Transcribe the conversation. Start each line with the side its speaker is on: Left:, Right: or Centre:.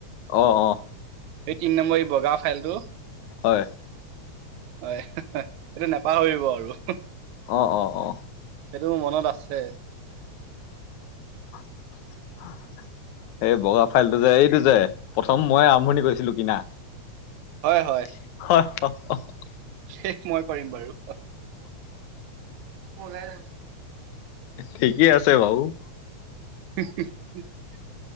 Left: অ', অ'।
Right: এই তিনি নম্বৰ এই বগা ফাইলটো।
Left: হয়।
Right: হয় সেইটো নাপাহৰিব আৰু।
Left: অ অ অ
Right: সেইটো মোৰ মনত আছে।
Left: <inaudible> এই বগা ফাইলটো যে এইটো যে প্ৰথম মই আৰম্ভণি কৰিছিলো কিনা।
Right: হয়, হয়।
Left: <inaudible>
Right: শেষ মই কৰিম বাৰু ওলাই যাম।
Left: ঠিকেই আছে বাৰু।
Right: <inaudible>